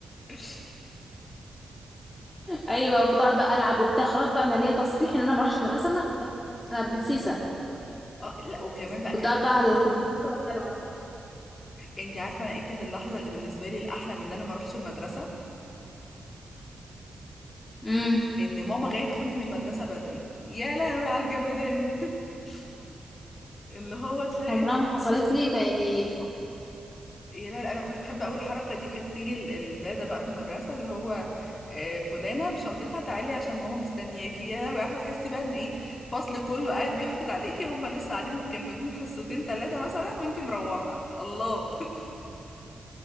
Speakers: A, on the left; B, on the left.
A: <laughs>
B: ايوه كنت اقعد بقى العب وبتاع خلاص بقى انا ليا تصريح ان انا ما اروحش المدرسه النهارده انا برنسيسه
A: اه لا وكمان بقى
B: كنت
A: كانت
B: قاعد بقى على الكمبيوتر وأقعد ألعب.
A: انت عارفه انا ايه كانت اللحظه اللي بالنسبه لي الاحلى من ان انا ما اروحش المدرسه
B: امم
A: ان ماما جايه تاخدني من المدرسه بدري يا لهوي على الجمدان <laughs> اللي هو تلاقي
B: عمرها ما حصلت لي فيعني
A: يا لا لا، انا كنت بحب قوي الحركه دي كانت تيجي ال- الداده بقى في المدرسه اللي هو آه، فلانه بشنطتها تعالي عشان ماما مستنياكي يا لهوي يا احمد تحسي بقى ان ايه الفصل كله قاعد بيحقد عليكي هم لسه قاعدين مكملين حصتين ثلاثه مثلا وانتي مروحه الله <laughs>